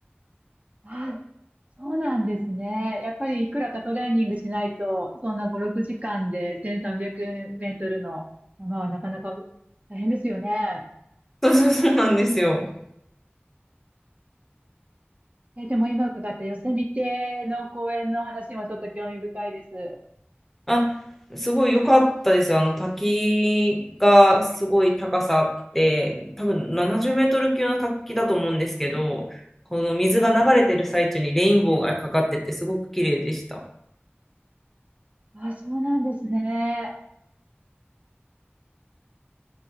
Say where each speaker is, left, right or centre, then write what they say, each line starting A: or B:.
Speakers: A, on the right; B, in the centre.
A: ああ、そうなんですね。やっぱりいくらかトレーニングしないと、そんな5、6時間で1300メートルの山はなかなか大変ですよね。
B: そうそうそうなんですよ。
A: え、でも今伺ったヨセミテの公園の話もちょっと興味深いです。
B: あ、すごい良かったですよ。あの滝がすごい高さあって、多分70メートル級の滝だと思うんですけど、この水が流れてる最中にレインボーがかかっててすごく綺麗でした。
A: あ、そうなんですね。